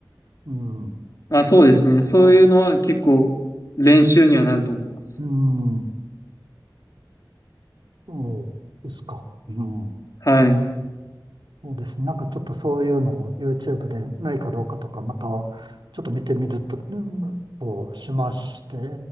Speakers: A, on the right (about 90°); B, on the left (about 45°).
A: うん。
B: まあそうですね。
A: ですね。
B: そういうのは結構練習にはなると思います。
A: うん。そうですか。うん。
B: はい。
A: そうですね。なんかちょっとそういうのを YouTube でないかどうかとか、またちょっと見てみると、うんとしまして、